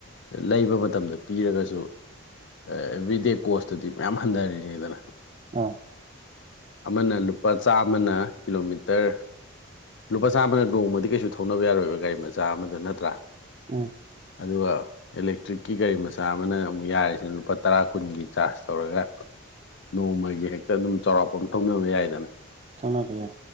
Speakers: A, on the left; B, on the right.
A: ꯂꯩꯕ ꯃꯇꯝꯗ ꯄꯤꯔꯒꯁꯨ ꯑꯦꯕ꯭ꯔꯤꯗꯦ ꯀꯣꯁꯇꯗꯤ ꯃꯌꯥꯝ ꯍꯟꯊꯔꯤꯅꯤꯗꯅ
B: ꯑꯥꯎ
A: ꯑꯃꯅ ꯂꯨꯄꯥ ꯆꯥꯝꯃꯅ ꯀꯤꯂꯣꯃꯤꯇꯔ ꯂꯨꯄꯥ ꯆꯥꯝꯃꯅ ꯅꯣꯡꯃꯗꯤ ꯀꯩꯁꯨ ꯊꯧꯅꯕ ꯌꯥꯔꯣꯏꯕ ꯒꯥꯔꯤ ꯃꯆꯥ ꯑꯃꯗ ꯅꯠꯇ꯭ꯔꯥ
B: ꯎꯝ
A: ꯑꯗꯨꯒ ꯏꯂꯦꯛꯇ꯭ꯔꯤꯛꯀꯤ ꯒꯥꯔꯤ ꯃꯆꯥ ꯑꯃꯅ ꯑꯃꯨꯛ ꯌꯥꯔꯤꯁꯤꯅ ꯂꯨꯄꯥ ꯇꯔꯥ ꯀꯨꯟꯒꯤ ꯆꯥꯔꯖ ꯇꯧꯔꯒ ꯅꯣꯡꯃꯒꯤ ꯍꯦꯛꯇ ꯑꯗꯨꯝ ꯆꯥꯎꯔꯥꯛꯄ ꯑꯃꯥ ꯊꯧꯅꯕ ꯌꯥꯏꯗꯅ
B: ꯊꯧꯅꯕ ꯌꯥꯏ